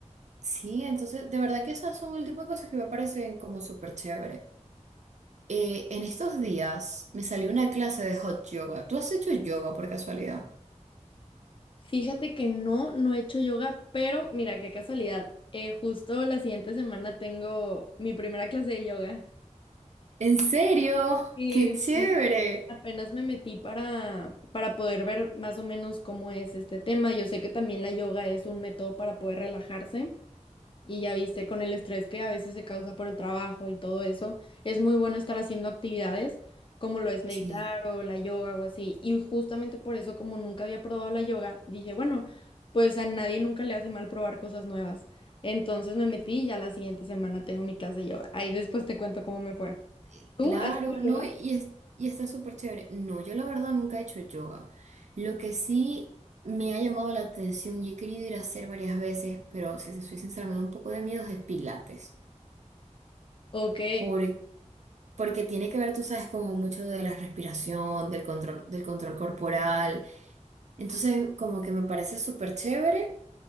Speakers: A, on the right; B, on the left.
A: Sí, entonces de verdad que esas son el tipo de cosas que me parecen como súper chévere. Eh, en estos días me salió una clase de hot yoga. ¿Tú has hecho yoga por casualidad?
B: Fíjate que no, no he hecho yoga, pero mira, qué casualidad. Eh, justo la siguiente semana tengo mi primera clase de yoga
A: ¿En serio?
B: Sí,
A: ¡Qué chévere!
B: sí. apenas me metí para, para poder ver más o menos cómo es este tema. Yo sé que también la yoga es un método para poder relajarse. Y ya viste, con el estrés que a veces se causa por el trabajo y todo eso, es muy bueno estar haciendo actividades como lo es meditar
A: Sí.
B: o la yoga o así. Y justamente por eso, como nunca había probado la yoga, dije, bueno, pues a nadie nunca le hace mal probar cosas nuevas. Entonces me metí y ya la siguiente semana tengo mi clase de yoga. Ahí después te cuento cómo me fue.
A: sí,
B: ¿Tú
A: Claro,
B: haces yoga?
A: no, y, es- y está súper chévere. No, yo la verdad nunca he hecho yoga. Lo que sí me ha llamado la atención y he querido ir a hacer varias veces, pero si te soy sincera, me da un poco de miedo, es pilates.
B: Ok,
A: Por- porque tiene que ver, tú sabes, como mucho de la respiración, del control, del control corporal. Entonces, como que me parece súper chévere,